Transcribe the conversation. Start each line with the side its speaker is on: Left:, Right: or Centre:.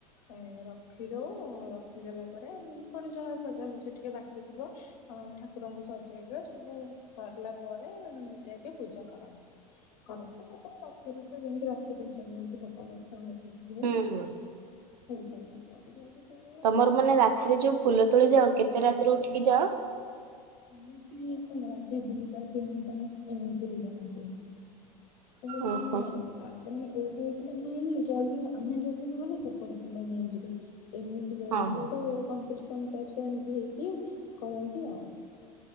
Left: ଏଁ ରଖିଦଉ ରଖିଦେଲା ପରେ ନେ ଫୁଣି ଯାହା ସଜାସଜ ଟିକେ ବାକି ଥିବ ଅ ଠାକୁରଙ୍କୁ ସଜେଇବେ ସବୁ ସରିଲା ପରେ ଯାଇକି ପୂଜା କରନ୍ତି। କରନ୍ତି ତାପରେ ରାତିରେ ତ ଯେମିତି ରାତି ପୂଜା କରନ୍ତି <unintelligible>
Right: ହୁଁ ହୁଁ।
Left: ହେଇସାରିଲା ପରେ
Right: ତମର ମାନେ
Left: <unintelligible>
Right: ରାତିରେ ଯୋଉ ଫୁଲ ତୋଳି ଯାଅ କେତେ ରାତିରୁ ଉଠିକି ଯାଅ?
Left: ଆମେ ବି ରାତି ଦିଟା ତିନିଟା ଏମିତିରେ ଯାଆନ୍ତି। ମାନେ
Right: ଓହୋ।
Left: କଣ ମାନେ ଏଇ ସାଇପିଲା ଆଇଲୁ ଜଲଦି ଆମେ ଜଲଦି ନ ଗଲେ ସେପଟେ ପିଲା ନେଇଯିବେ ଏମି ଯୋଉ
Right: ହଁ
Left: ମାନେ
Right: ହଁ।
Left: ଗୋଟେ କମ୍ପଡିସନ ଟାଇପ ର ଏମିତି ହେଇକି କରନ୍ତି ଆଉ।